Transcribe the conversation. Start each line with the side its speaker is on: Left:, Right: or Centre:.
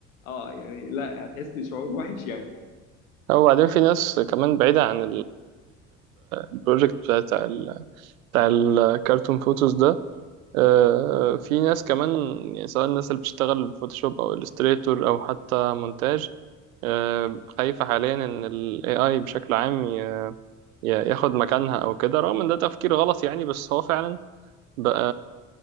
Left: اه يعني لا هتحس بشعور وحش يعني
Right: او بعدين في ناس كمان بعيده عن البروجكت بتاع ال- بتاع الكرتون فوتوز ده آه، في ناس كمان يعني سواء الناس اللي بتشتغل فوتوشوب او الستريتور او حتى مونتاج آه، خايفة حاليا ان ال AI بشكل عام ي- ي- ياخد مكانها او كده رغم ان ده تفكير غلط يعني بس هو فعلا بقى